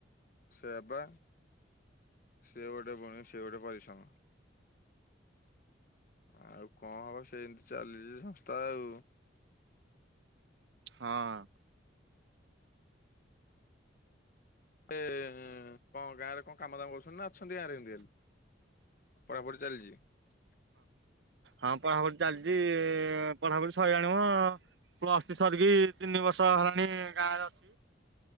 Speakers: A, on the left; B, on the right.
A: ସେୟାବା ସେ ଗୋଟେ ପୁଣି ସେ ଗୋଟେ ପରିଶ୍ରମ। ଆଉ କଣ ହବ ସେମ୍ତି ଚାଲିଚି ସଂସ୍ଥା ଆଉ।
B: ହଁ।
A: ଏ କଣ ଗାଁ ରେ କଣ କାମ ଦାମ କରୁଛନ୍ତି ନା ଅଛନ୍ତି ଗାଁରେ ଏମିତି ଖାଲି? ପଢାପଢି ଚାଲିଚି?
B: ହଁ ପଢାପଢି ଚାଲିଚି, ପଢାପଢି ସଇଲାଣି ମ। ପ୍ଲସ୍ ଥ୍ରି ସରିକି ତିନି ବର୍ଷ ହେଲାଣି ଗାଁରେ ଅଛି।